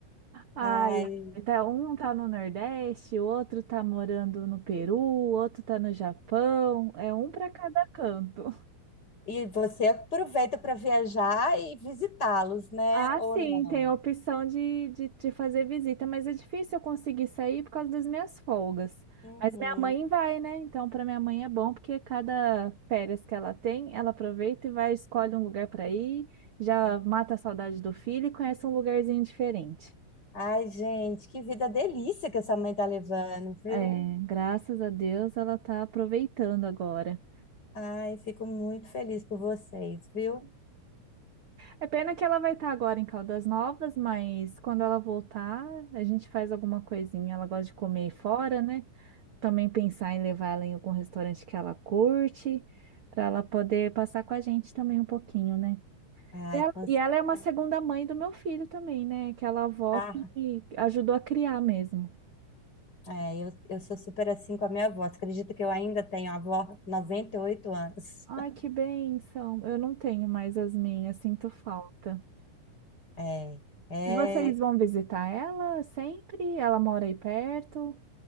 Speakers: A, on the right; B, on the left.
A: Ai,
B: Ai,
A: ai, tá, um tá no Nordeste, o outro tá morando no Peru, o outro tá no Japão. É um para cada canto.
B: E você aproveita para viajar e visitá-los, né?
A: Ah,
B: Ou
A: sim,
B: não?
A: tem a opção de, de, de fazer visita, mas é difícil eu conseguir sair por causa das minhas folgas.
B: Uhum.
A: Mas minha mãe vai, né? Então, para minha mãe é bom, porque cada férias que ela tem, ela aproveita e vai, escolhe um lugar para ir, já mata a saudade do filho e conhece um lugarzinho diferente.
B: Ai, gente, que vida delícia que essa mãe tá levando, viu?
A: É, graças a Deus ela tá aproveitando agora.
B: Ai, fico muito feliz por vocês, viu?
A: É pena que ela vai estar agora em Caldas Novas, mas quando ela voltar, a gente faz alguma coisinha. Ela gosta de comer fora, né? Também pensar em levar ela em algum restaurante que ela curte, para ela poder passar com a gente também um pouquinho, né?
B: Ai,
A: E ela,
B: com certeza.
A: e ela é uma segunda mãe do meu filho também, né? Aquela avó
B: Ah,
A: que ajudou a criar mesmo.
B: é, eu, eu sou super assim com a minha avó. Você acredita que eu ainda tenho a avó, 98 anos?
A: Ai,
B: <laughs>
A: que bênção! Eu não tenho mais as minhas, sinto falta.
B: É, é,
A: E vocês vão visitar ela sempre? Ela mora aí perto?